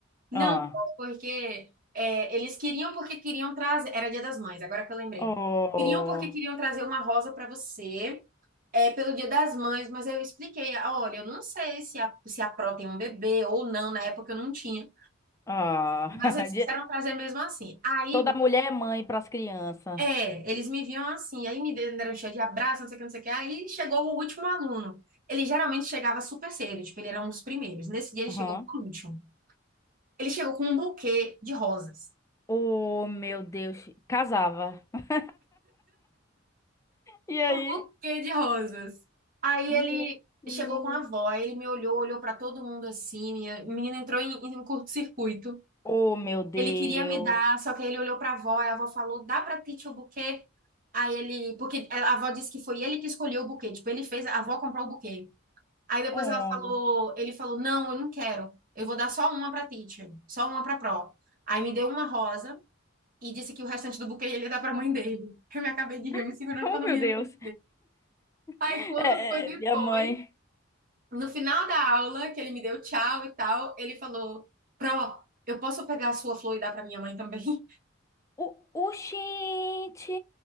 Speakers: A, on the right; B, on the left.
A: Não,
B: Ah.
A: porque é, eles queriam porque queriam trazer. Era Dia das Mães, agora que eu lembrei.
B: Oh.
A: Queriam porque queriam trazer uma rosa para você, é, pelo Dia das Mães, mas aí eu expliquei: "Ah, olha, eu não sei se a, se a Pro tem um bebê ou não, na época eu não tinha,
B: Ah.
A: mas eles
B: <laughs>
A: quiseram
B: De-
A: trazer mesmo assim. Aí,
B: Toda
A: me-
B: mulher é mãe para as crianças.
A: é, eles me viam assim, aí me deram cheio de abraço, não sei o que, não sei o que. Aí chegou o último aluno. Ele geralmente chegava super cedo, tipo, ele era um dos primeiros. Nesse dia ele
B: Aham.
A: chegou por último. Ele chegou com um buquê de rosas.
B: Oh, meu Deus. Casava. <laughs> E aí?
A: um buquê de rosas. Aí
B: Meu
A: ele
B: Deus.
A: chegou com a avó, aí ele me olhou, olhou pra todo mundo assim, minha... o menino entrou em, em curto-circuito.
B: Oh, meu Deus.
A: Ele queria me dar, só que aí ele olhou pra avó, e a avó falou: "Dá pra ti tio, o buquê?" Aí ele, porque a avó disse que foi ele que escolheu o buquê, tipo, ele fez a avó comprar o buquê. Aí depois
B: Oh,
A: ela falou, ele falou: "Não, eu não quero. Eu vou dar só uma pra teacher, só uma pra pró". Aí me deu uma rosa e disse que o restante do buquê ele ia dar pra mãe dele. Eu me acabei de rir, eu me
B: <laughs>
A: segurando
B: oh
A: pra não
B: meu
A: rir
B: Deus.
A: na frente Aí
B: É,
A: quando foi depois,
B: é, minha mãe.
A: no final da aula, que ele me deu tchau e tal, ele falou: Pró, eu posso pegar a sua flor e dar pra minha mãe também? <laughs>
B: O, o oxente.